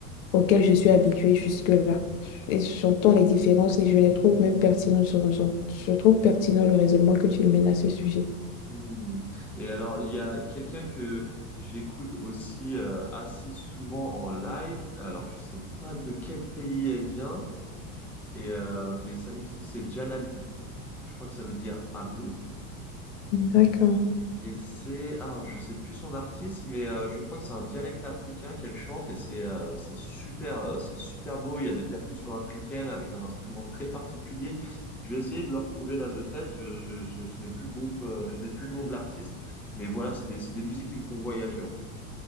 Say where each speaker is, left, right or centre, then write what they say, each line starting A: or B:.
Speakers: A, on the left; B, in the centre.
A: auxquelles je suis habituée jusque-là. Et j'entends les différences et je les trouve même pertinentes. Je, je je trouve pertinent le raisonnement que tu mènes à ce sujet.
B: Hmm. Et alors, il y a quelqu'un que j'écoute aussi euh, assez souvent en live. Alors, je sais pas de quel pays elle vient, et, euh, mais sa musique, c'est Janabi. Je crois que ça veut dire amour.
A: D'accord.
B: Et c'est, ah, alors, je sais plus son artiste, mais euh, je crois que c'est un dialecte africain qu'elle chante et c'est euh, c'est super, euh, c'est super beau. Il y a des percussions africaines avec un instrument très particulier. Je vais essayer de le retrouver là de tête. Je, je, je, je n'ai plus le groupe, euh, je n'ai plus le nom de l'artiste, mais voilà, c'est des, c'est des musiques qui me font voyager en fait.